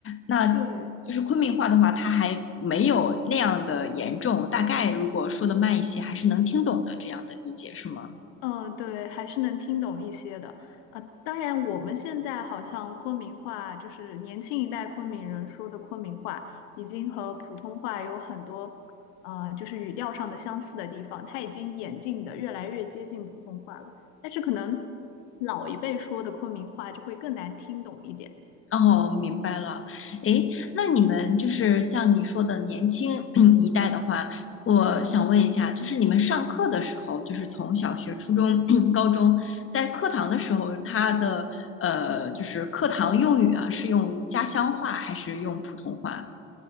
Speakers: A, on the left (about 35°); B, on the left (about 65°).
A: 那就是昆明话的话，
B: 对，
A: 它还没有那样的严重，大概如果说的慢一些，还是能听懂的这样的理解，是吗？
B: 嗯，对，还是能听懂一些的啊。当然，我们现在好像昆明话，就是年轻一代昆明人说的昆明话，已经和普通话有很多，呃，就是语调上的相似的地方，它已经演进的越来越接近普通话了。但是可能老一辈说的昆明话就会更难听懂一点。
A: 哦，明白了。诶，那你们就是像你说的年轻 <clears throat> 一代的话，我想问一下，就是你们上课的时候，就是从小学、初中、<clears throat> 高中，在课堂的时候，他的呃，就是课堂用语啊，是用家乡话还是用普通话？